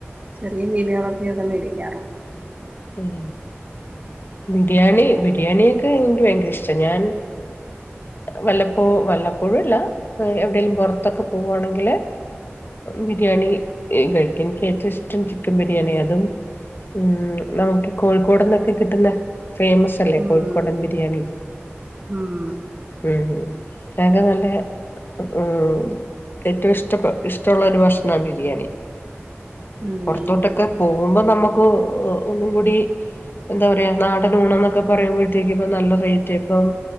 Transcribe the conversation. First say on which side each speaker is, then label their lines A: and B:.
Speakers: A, on the right; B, on the left.
A: ചെറിയ മീനുകളൊക്കെ ഇവിടെ മേടിക്കാറുള്ളു
B: ഉം ബിരിയാണി ബിരിയാണിയൊക്കെ എനിക്ക് ഭയങ്കര ഇഷ് ഞാൻ വല്ലപ്പോ വല്ലപ്പോഴുല്ല എവിടെലും പുറത്തൊക്കെ പോ പോണെങ്കില് ബിരിയാണി കഴിക്കും എനിക്ക് ഏറ്റവും ഇഷ്ടം ചിക്കൻ ബിരിയാണി അതും ഉം നമുക്ക് കോഴിക്കോട്ന്നൊക്കെ കിട്ടുന്ന ഫേമസ് ല്ലേ
A: ഉം
B: കോഴിക്കോടൻ ബിരിയാണി
A: ഉം
B: ഉം <unintelligible> നല്ല ഉം ഏറ്റവും ഇഷ്ട ഇഷ്ടള്ള ഒരു ഭക്ഷണാ ബിരിയാണി
A: ഉം
B: പുർത്തോട്ടൊക്കെ പോകുമ്പോ നമുക്ക് ഒന്നും കൂടി എന്താ പറയാ നാടൻ ഊണന്നൊക്കെ പറയുമ്പോഴത്തേക്ക് ഇപ്പ നല്ല റേറ്റാ ഇപ്പം